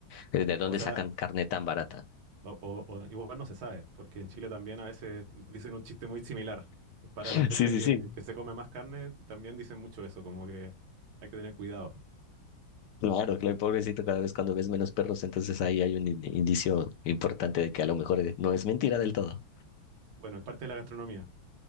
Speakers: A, on the left; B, on the right.
A: de de dónde
B: o sea...
A: sacan carne tan barata.
B: O, o- o igual no se sabe, porque en Chile también a veces dicen un chiste muy similar. Para
A: Sí,
B: la fecha
A: sí,
B: que,
A: sí.
B: que se come más carne, también dicen mucho eso, como que hay que tener cuidado.
A: Claro, claro, pobrecito, cada vez cuando ves menos perros, entonces ahí hay un in- indicio importante de que a lo mejor eh, no es mentira del todo.
B: Bueno, es parte de la gastronomía.